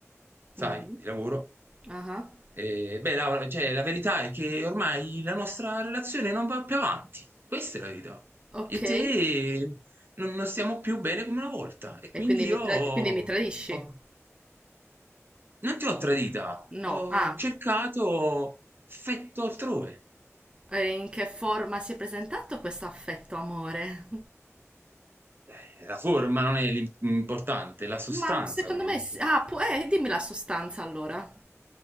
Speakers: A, on the right; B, on the right.
A: sai,
B: Mhm.
A: di lavoro.
B: Ah.
A: Eh, beh, Laura, cioè, la verità è che ormai la nostra relazione non va più avanti. Questa è la verità.
B: Ok,
A: Io e te
B: e
A: non, non stiamo più bene come una volta. E quindi
B: quindi
A: io
B: mi, tra-
A: ho-
B: quindi mi tradisci?
A: ho- non ti ho tradita,
B: No.
A: ho
B: Ah,
A: cercato affetto altrove.
B: e in che forma si è presentato questo affetto, amore?
A: Eh, La forma non è l'importante, è la sostanza
B: Ma secondo
A: quello
B: me...
A: che,
B: sì- Ah, pu- eh, dimmi la sostanza allora.